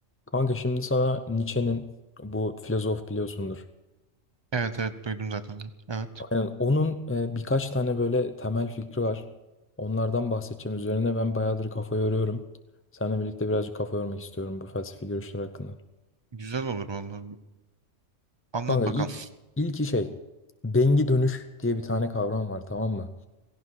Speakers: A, on the left; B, on the right.
A: Kanka şimdi sana Nietzsche'nin bu filozof biliyorsundur.
B: Evet evet duydum zaten. onu. Evet.
A: Aynen onun e, birkaç tane böyle temel fikri var. Onlardan bahsedeceğim. Üzerine ben bayağıdır kafa yoruyorum. Seninle birlikte birazcık kafa yormak istiyorum bu felsefi görüşler hakkında.
B: Güzel olur vallahi. Anlat
A: Kanka
B: bakalım.
A: il, ilki şey bengi dönüş diye bir tane kavram var tamam mı?